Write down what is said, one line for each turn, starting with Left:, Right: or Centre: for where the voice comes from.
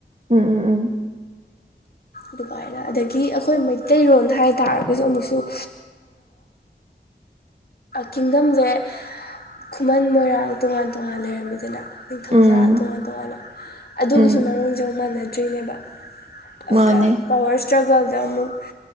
Right: ꯎꯝ ꯎꯝ ꯎꯝ
Left: ꯑꯗꯨꯃꯥꯏꯅ ꯑꯗꯒꯤ ꯑꯩꯈꯣꯏ ꯃꯩꯇꯩꯔꯣꯟ ꯍꯥꯏ ꯇꯥꯔꯒꯁꯨ ꯑꯃꯨꯛꯁꯨ ꯀꯤꯡꯗꯝꯁꯦ ꯈꯨꯃꯟ ꯃꯣꯏꯔꯥꯡ ꯇꯣꯉꯥꯟ ꯇꯣꯉꯥꯟ ꯂꯩꯔꯝꯃꯤꯗꯅ ꯅꯤꯡꯊꯧꯖꯥ
Right: ꯎꯝ ꯎꯝ
Left: ꯇꯣꯉꯥꯟ ꯇꯣꯉꯥꯟꯅ ꯑꯗꯨꯒꯤꯁꯨ
Right: ꯎꯝ
Left: ꯃꯔꯝꯁꯨ ꯑꯃꯨ ꯃꯥꯟꯅꯗ ꯆꯅꯦꯕ ꯑꯗ
Right: ꯃꯥꯅꯦ
Left: ꯄꯋꯥꯔꯁ ꯏꯁꯇ꯭ꯔꯒꯜꯗ ꯑꯃꯨꯛ